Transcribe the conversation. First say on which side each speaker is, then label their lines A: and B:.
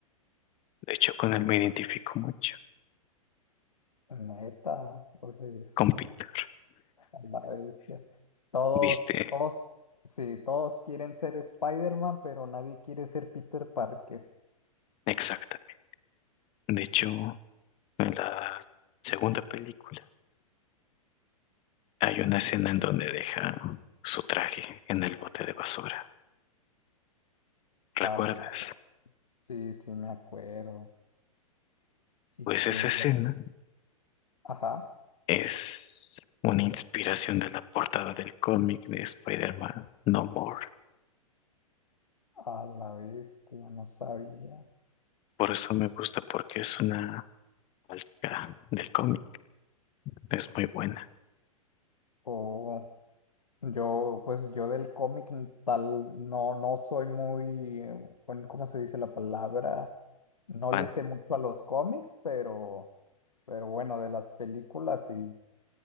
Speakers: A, on the left; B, on the left.
A: De hecho, con él me identifico mucho,
B: Neta, pues
A: con Peter,
B: a la bestia. Todos,
A: viste,
B: todos, sí, todos quieren ser Spider-Man, pero nadie quiere ser Peter Parker.
A: exactamente. De hecho, en la segunda película. Hay una escena en donde deja su traje en el bote de basura.
B: A
A: ¿Recuerdas?
B: la, sí, sí me acuerdo. Y
A: Pues
B: que,
A: esa escena
B: ajá,
A: es una inspiración de la portada del cómic de Spider-Man No More.
B: a la bestia, no sabía.
A: Por eso me gusta porque es una calca del cómic. Es muy buena.
B: Oh. Yo, pues yo del cómic n- tal, no, no soy muy, eh, bueno, ¿cómo se dice la palabra? No
A: Fan.
B: le sé mucho a los cómics, pero, pero bueno, de las películas y